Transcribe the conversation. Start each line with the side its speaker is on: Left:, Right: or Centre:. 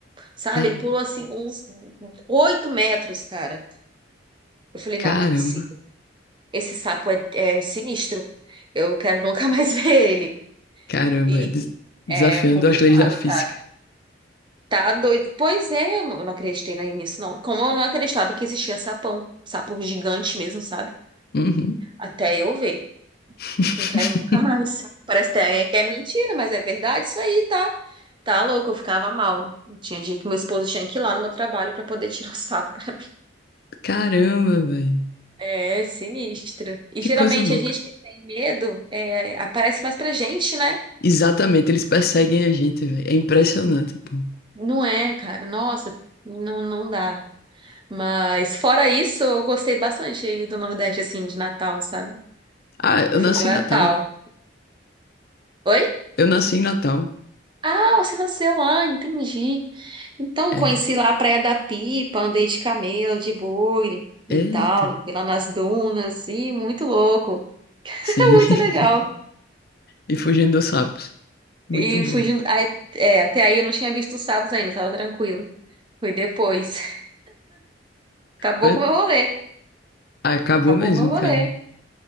Right: sabe?
Left: Ei,
Right: Ele pulou assim uns oito metros, cara. Eu falei,
Left: caramba.
Right: não, não é possível. Esse sapo é é sinistro. Eu quero nunca mais <laughs> ver ele.
Left: Caramba.
Right: E
Left: é des- desafiando
Right: é complicado,
Left: as leis da física.
Right: cara. Tá doido. Pois é, eu não eu não acreditei na- nisso, não. Como eu não acreditava que existia sapão, sapo gigante mesmo, sabe?
Left: Uhum.
Right: Até eu ver.
Left: <laughs>
Right: Não quero nunca mais. Parece até que é mentira, mas é verdade isso aí, tá? Tá louco, eu ficava mal. Tinha dia que meu esposo tinha que ir lá no meu trabalho pra poder tirar o sapo. <laughs>
Left: Caramba, velho.
Right: É sinistra. E
Left: Que
Right: geralmente
Left: coisa louca.
Right: a gente que tem medo é, aparece mais pra gente, né?
Left: Exatamente, eles perseguem a gente, velho. É impressionante, pô.
Right: Não é, cara. Nossa, não, não dá. Mas fora isso, eu gostei bastante do Nordeste, assim, de Natal, sabe?
Left: Ah,
Right: Eu
Left: eu
Right: fui
Left: nasci
Right: pra
Left: em Natal.
Right: Ah, Natal. Oi?
Left: Eu nasci em Natal.
Right: Ah, você nasceu lá, entendi. Então, eu
Left: É.
Right: conheci lá a Praia da Pipa, andei de camelo, de bugre e
Left: Eita.
Right: tal, fui lá nas dunas, e muito louco, <laughs>
Left: Sim.
Right: muito
Left: <laughs>
Right: legal.
Left: E fugindo dos sapos. Muito
Right: E
Left: bom.
Right: fui junto, aí- é, é, até aí eu não tinha visto os sapos ainda, tava tranquilo. Foi depois. <laughs> Acabou
Left: Foi-
Right: com o meu rolê,
Left: Ah, Acabou
Right: acabou
Left: mesmo,
Right: o meu rolê.
Left: cara.